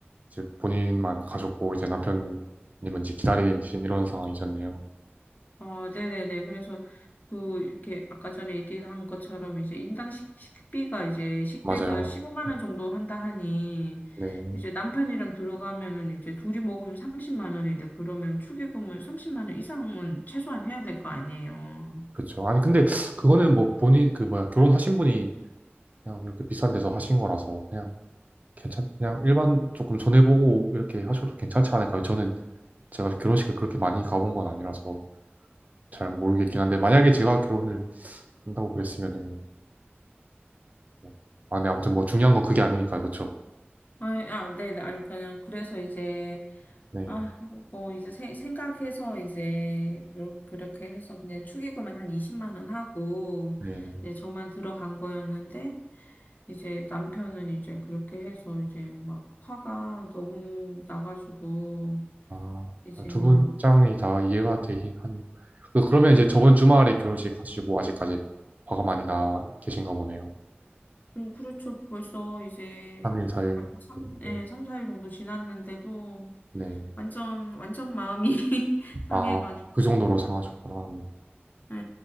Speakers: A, on the right; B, on the left.
A: 이제 본인만 가셨고 이제 남편님은 이제 기다리신 이런 상황이셨네요.
B: 어, 네네네. 그래서 그 이렇게 아까 전에 얘기한 것처럼 이제 인당 식, 식비가 이제 식대가
A: 맞아요.
B: 15만
A: 네.
B: 원 정도 한다 하니
A: 네,
B: 이제 남편이랑 들어가면은 이제 둘이 먹으면 30만 원인데 그러면 축의금을 30만 원 이상은 최소한 해야 될 거 아니에요.
A: 그렇죠. 아니 근데 그거는 뭐 본인 그 뭐야 결혼하신 분이 그냥 이렇게 비싼 데서 하신 거라서 그냥 괜찮 그냥 일반 조금 전해보고 이렇게 하셔도 괜찮지 않을까요? 저는 제가 결혼식을 그렇게 많이 가본 건 아니라서 잘 모르겠긴 한데 만약에 제가 결혼을 한다고 그랬으면은 뭐, 아, 네 아무튼 뭐 중요한 건 그게 아니니까요, 그렇죠?
B: 아, 아, 네네. 아니, 그냥 그래서 이제
A: 네,
B: 아, 뭐 이제 세- 생각해서 이제 요- 그렇게 해서 그냥 축의금은 한 20만 원 하고
A: 네.
B: 이제 저만 들어간 거였는데 이제 남편은 이제 그렇게 해서 이제 막 화가 너무 나가지고
A: 아,
B: 이제
A: 두
B: 막
A: 분 입장이 다 이해가 되긴 하네요. 그- 그러면 이제 저번 주말에 결혼식 가시고 아직까지 화가 많이 나 계신가 보네요.
B: 음, 그렇죠. 벌써 이제
A: 3일, 4일
B: 뭐 한 3,
A: 됐는데.
B: 예, 삼 4일 정도 지났는데도
A: 네.
B: 완전 완전 마음이 <laughs> 상해가지고
A: 아, 그 정도로 상하셨구나. 네.
B: 네.